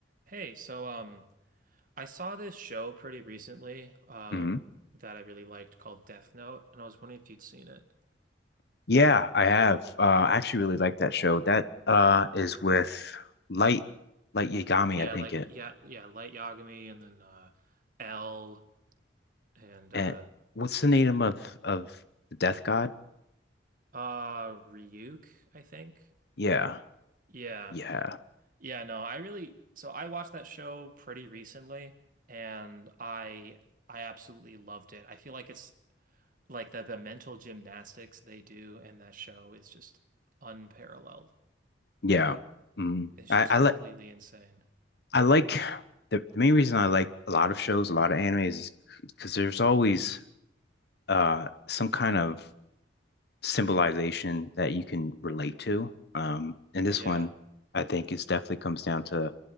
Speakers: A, on the right (about 45°); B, on the left (about 60°).
A: Hey, so um, I saw this show pretty recently um,
B: hmm
A: that I really liked called Death Note, and I was wondering if you'd seen it.
B: Yeah, I have. Uh, I actually really like that show. That uh is with Light Light Yagami,
A: Yeah,
B: I think
A: like
B: it.
A: yeah, yeah, Light Yagami, and then uh, L and uh,
B: And what's the name of of the Death God?
A: uh Ryuk, I think.
B: Yeah,
A: Yeah,
B: yeah,
A: yeah, no, I really so I watched that show pretty recently, and I I absolutely loved it. I feel like it's like the the mental gymnastics they do in that show is just unparalleled.
B: yeah. Mm.
A: It's
B: I
A: just
B: I
A: completely
B: like
A: insane.
B: I like the, the main reason I like a lot of shows, a lot of anime is because there's always uh some kind of symbolization that you can relate to. Um, and this
A: Yeah.
B: one, I think, is definitely comes down to